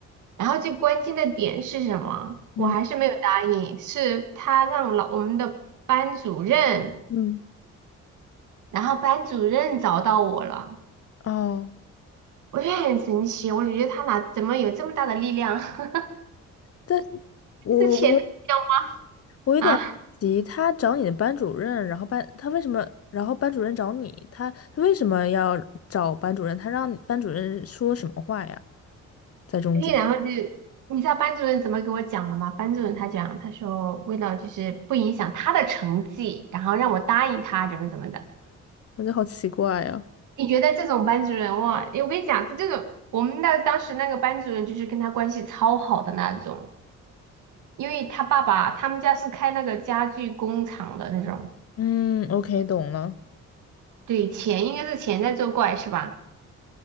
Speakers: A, on the right; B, on the left.
A: 然后最关键的点是什么？我还是没有答应，
B: 嗯
A: 是他让老我们的班主任，
B: 嗯。
A: 然后班主任找到我了，
B: 哦，
A: 我觉得很神奇，我觉得他哪怎么有这么大的力量，<laughs>
B: 但是我我
A: 就是钱的力
B: 我有点急，
A: 量啊！
B: 他找你的班主任，然后班他为什么，然后班主任找你，他他为什么要找班主任？他让班主任说什么话呀？
A: <laughs>
B: 在中间，
A: 对然后就你知道班主任怎么给我讲了吗？班主任他讲，他说为了就是不影响他的成绩，然后让我答应他怎么怎么的。
B: 我觉得好奇怪呀。
A: 你觉得这种班主任哇？诶我跟你讲，他这种我们的当时那个班主任就是跟他关系超好的那种。因为他爸爸他们家是开那个家具工厂的那种，
B: 嗯，OK，懂了。
A: 对，钱应该是钱在作怪是吧？